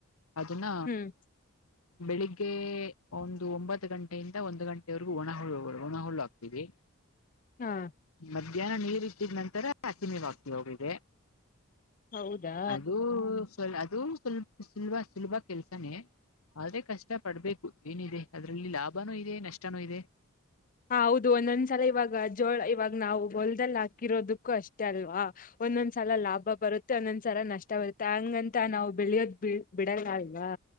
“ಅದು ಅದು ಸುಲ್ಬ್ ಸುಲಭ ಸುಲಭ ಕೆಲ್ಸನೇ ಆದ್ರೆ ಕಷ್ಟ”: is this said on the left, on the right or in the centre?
Left